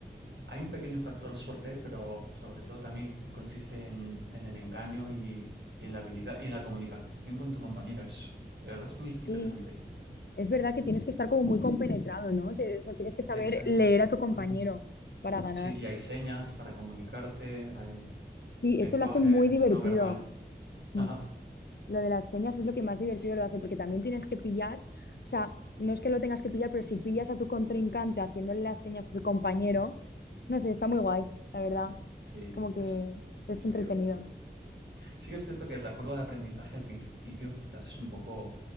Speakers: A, on the right; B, on the left.
A: hay un pequeño factor suerte, pero sobre todo también consiste en, en el engaño y, y en la habilidad y en la comunicación con tu compañero. Es, de verdad es
B: sí.
A: muy interesante.
B: Es verdad que tienes que estar como muy compenetrado, ¿no? Te- o sea, tienes que saber
A: Exacto.
B: leer a tu compañero
A: Ujú.
B: para ganar.
A: Sí, y hay señas para comunicarte, hay
B: Sí,
A: lenguaje
B: eso lo hace muy divertido.
A: no verbal.
B: Mm.
A: Ajá.
B: lo de las señas es lo que más divertido lo hace, porque también tienes que pillar, o sea, no es que lo tengas que pillar, pero si pillas a tu contrincante haciéndole las señas a su compañero, no sé, está muy guay, la verdad.
A: Sí,
B: Como
A: es,
B: que
A: es
B: es entretenido.
A: muy divertido. Sí que es cierto que la curva de aprendizaje al principio quizás es un poco,